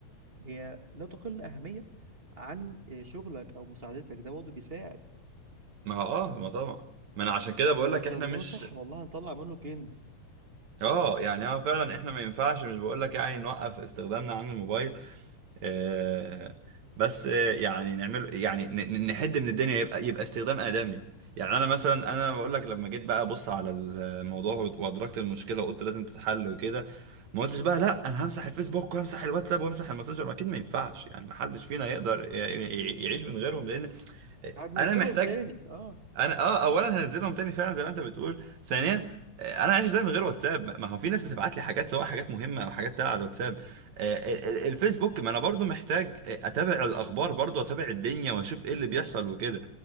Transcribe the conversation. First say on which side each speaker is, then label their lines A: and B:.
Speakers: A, on the right; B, on the right.
A: هي لا تقل أهمية عن آه، شغلك أو مساعدتك ده برضه بيساعد
B: ما هو اه ما طبعا ما انا عشان كده
A: احنا
B: بقول
A: لو
B: لك
A: استخدمناه
B: احنا مش
A: صح والله هنطلع منه كنز
B: اه يعني اه فعلا احنا ما ينفعش مش بقول لك يعني نوقف استخدامنا عن الموبايل آه بس آه يعني نعمل يعني ن- ن- نحد من الدنيا يبقى يبقى استخدام آدمي يعني انا مثلا انا بقول لك لما جيت بقى ابص على الموضوع وادركت المشكله وقلت لازم تتحل وكده ما قلتش بقى لا انا همسح الفيسبوك وهمسح الواتساب وهمسح الماسنجر ما اكيد ما ينفعش يعني ما حدش فينا يقدر ي- ي- يعيش من غيرهم لان
A: هننزلهم
B: انا محتاج
A: تاني اه
B: انا اه اولا هنزلهم تاني فعلا زي ما انت بتقول ثانيا آه، انا عايش ازاي من غير واتساب ما ما هو في ناس بتبعت لي حاجات سواء حاجات مهمه او حاجات بتاع على الواتساب آه، ال- ال- الفيسبوك ما انا برضو محتاج آه، اتابع الاخبار برضو اتابع الدنيا واشوف ايه اللي بيحصل وكده